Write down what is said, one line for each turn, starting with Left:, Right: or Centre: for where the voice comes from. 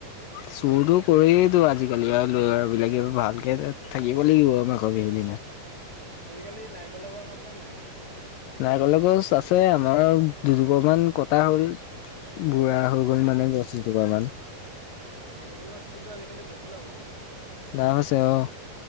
Left: চুৰতো কৰিয়েতো আজিকালি আৰু <unintelligible> বিলাকে ভালকে থাকিব লাগিব আমাক <unintelligible> বিহু দিনা
Right: আজিকালি নাৰিকলৰ গছ আছে নাই
Left: নাৰিকলৰ গছ আছে আমাৰ দুজপা মান কটা হ'ল বুঢ়া হৈ
Right: অ
Left: গ'ল মানে গছ এজোপা মান
Right: নাৰিকলৰ খেতিতো আজিকালি বহুত লাভ আছে
Left: লাভ আছে অ